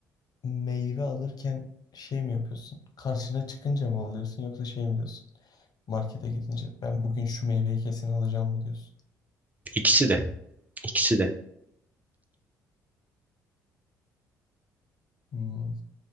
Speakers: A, on the left (about 45°); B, on the right (about 15°).
A: Meyve alırken şey mi yapıyorsun? Karşına çıkınca mı alıyorsun yoksa şey mi diyorsun? Markete gidince ben bugün şu meyveyi kesin alacağım mı diyorsun?
B: İkisi de, ikisi de.
A: Hmm.